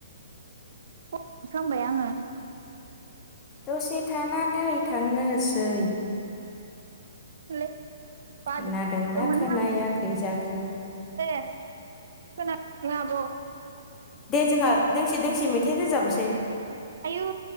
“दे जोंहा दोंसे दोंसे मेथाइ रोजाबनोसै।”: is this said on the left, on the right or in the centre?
Left